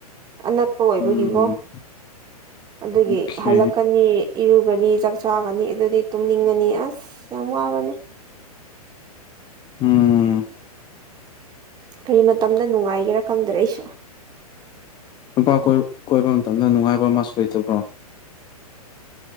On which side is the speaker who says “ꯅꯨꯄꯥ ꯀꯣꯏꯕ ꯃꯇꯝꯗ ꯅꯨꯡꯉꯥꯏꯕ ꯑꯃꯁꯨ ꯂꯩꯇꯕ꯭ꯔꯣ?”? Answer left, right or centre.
Left